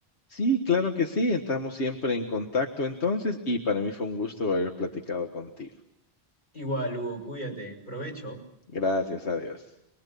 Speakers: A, on the left; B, on the left.
A: Sí, claro que sí, estamos siempre en contacto entonces y para mí fue un gusto haber platicado contigo.
B: Igual, Hugo, cuídate, provecho.
A: Gracias a Dios.